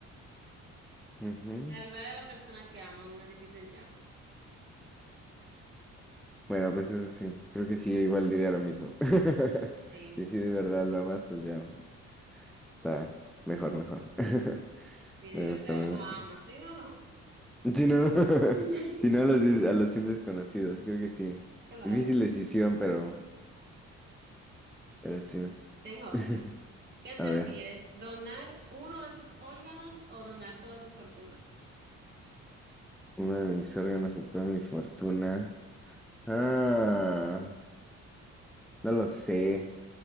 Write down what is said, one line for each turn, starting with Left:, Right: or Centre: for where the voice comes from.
Centre: Ujú.
Right: salvar a la persona que ama un edificio en llamas.
Centre: Bueno, pues eso sí, creo que sí, yo igual diría lo mismo. <laughs>
Right: Sí,
Centre: Sí,
Right: sí.
Centre: sí, de verdad lo amas, pues ya está mejor, mejor. <laughs>
Right: Y de
Centre: Me
Right: verdad
Centre: gusta, me
Right: lo
Centre: gusta.
Right: ama. Sí, no, no.
Centre: Si no, <laughs>
Right: <laughs>
Centre: si no a los, dis- a los 100 desconocidos, creo que sí.
Right: Claro.
Centre: Difícil decisión, pero, pero sí.
Right: Tengo otra.
Centre: <laughs>
Right: ¿Qué prefieres?
Centre: A ver,
Right: ¿Donar uno de tus órganos o donar toda tu fortuna?
Centre: uno de mis órganos o toda mi fortuna. Ah, no lo sé.